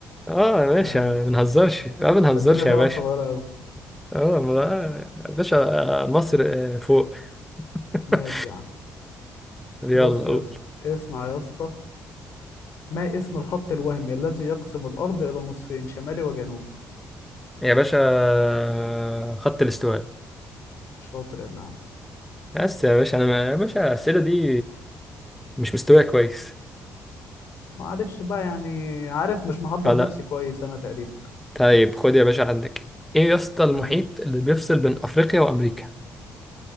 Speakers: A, in the centre; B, on the left.
A: اه يا
B: احنا
A: باشا ما بنهزرش ما بنهزرش
B: ده الدنيا طلعت
A: يا باشا
B: صغيره قوي
A: اه ما- آه، يا باشا آه، مصر آه، فوق <laughs>
B: ماشي يا عم
A: يلا
B: بص
A: قول
B: يا اسطى اسمع يا اسطى ما اسم الخط الوهمي الذي يقسم الارض الى نصفين شمالي وجنوبي
A: يا باشا آه، خط الاستواء
B: شاطر يا ابن عم
A: بس يا باشا انا ما- يا باشا الاسئله دي مش مستوايا كويس
B: معلش بقى يعني عارف مش محضر
A: اه لا
B: نفسي كويس انا تقريبا
A: طيب خد يا باشا عندك ايه يا اسطى المحيط
B: امم
A: اللي بيفصل بين افريقيا وامريكا